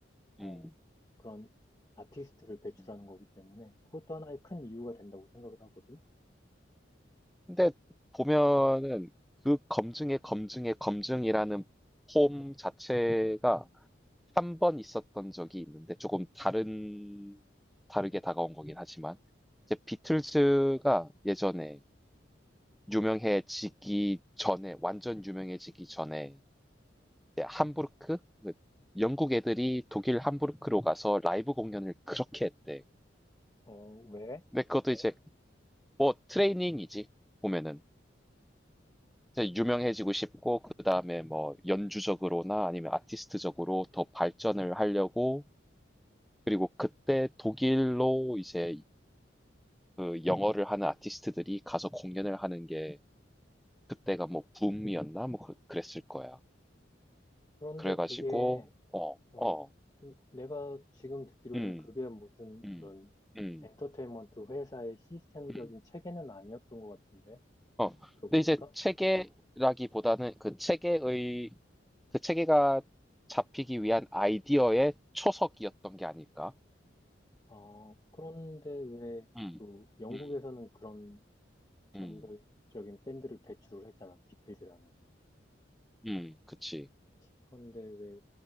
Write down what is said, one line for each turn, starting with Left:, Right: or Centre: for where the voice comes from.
Left: 어,
Centre: 음.
Left: 그런 아티스트를 배출하는
Centre: 음.
Left: 거기 때문에 그것도 하나의 큰 이유가 된다고 생각을 하거든.
Centre: 근데 보면은 그 검증의 검증의 검증이라는 폼 자체가 한 번 있었던 적이 있는데 조금 다른 다르게 다가온 거긴 하지만 이제 비틀즈가 예전에 유명해지기 전에 완전 유명해지기 전에 이제 함부르크 그 영국 애들이 독일 함부르크로 가서 라이브 공연을 그렇게 했대.
Left: 어, 왜?
Centre: 근데 그것도 이제 뭐 트레이닝이지 보면은 이제 유명해지고 싶고, 그 다음에 뭐 연주적으로나 아니면 아티스트적으로 더 발전을 하려고, 그리고 그때 독일로 이제 그 영어를 하는 아티스트들이 가서 공연을 하는 게 그때가 뭐 붐이었나? 뭐 그- 그랬을 거야.
Left: 그런데
Centre: 그래가지고,
Left: 그게
Centre: 어,
Left: 어,
Centre: 어,
Left: 음, 내가 지금 듣기로는
Centre: 음,
Left: 그게 무슨
Centre: 음,
Left: 이런
Centre: 음,
Left: 엔터테인먼트 회사의 시스템적인
Centre: 음,
Left: 체계는 아니었던 것 같은데,
Centre: 어.
Left: 들어보니까.
Centre: 근데 이제 체계라기보다는 그 체계의, 그 체계가 잡히기 위한 아이디어의 초석이었던 게 아닐까?
Left: 아, 그런데 왜
Centre: 음,
Left: 또 영국에서는
Centre: 음.
Left: 그런 전설적인
Centre: 음.
Left: 밴드를 배출을 했잖아, 비틀즈라는.
Centre: 음. 그치.
Left: 그런데 왜